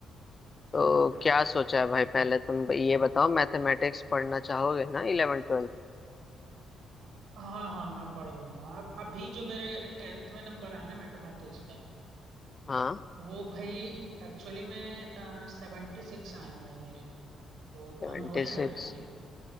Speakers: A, on the left; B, on the right.
A: तो क्या सोचा है भाई पहले तुम ये बताओ मैथमेटिक्स पढ़ना चाहोगे ना इलेवन ट्वेल्थ
B: हाँ हाँ मैं पढ़ लूंगा अब अभी जो मेरे टेंथ में नंबर आए ना मैथमेटिक्स के
A: हाँ
B: वो भाई एक्चुअली में सेवेंटी सिक्स आए हैं भाई मेरे तो उतना
A: ट्वेंटी
B: में हो जाएगा
A: सिक्स
B: लिख